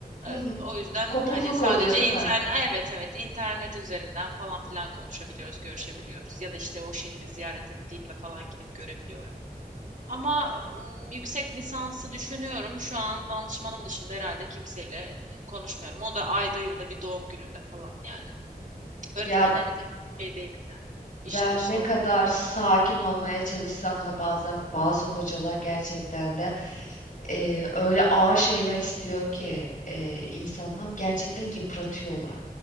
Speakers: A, on the left (about 60°); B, on the right (about 55°).
A: hı
B: E,
A: hı.
B: o yüzden
A: Kopukluk
B: hani sadece
A: oluyor değil
B: internet,
A: mi?
B: evet evet internet üzerinden falan filan konuşabiliyoruz, görüşebiliyoruz. Ya da işte o şehri ziyaret ettiğimde falan gidip görebiliyorum. Ama m, yüksek lisansı düşünüyorum. Şu an danışmanım dışında herhalde kimseyle e, konuşmuyorum. O da ayda yılda bir doğum gününde falan yani. Öğretmenlerle
A: Ya
B: pek şey değil yani.
A: Ve
B: İşli dışlı
A: ne kadar
B: olmak.
A: sakin olmaya çalışsam da bazen bazı hocalar gerçekten de e,
B: Hı,
A: öyle ağır şeyler istiyor ki e, insandan gerçekten yıpratıyorlar.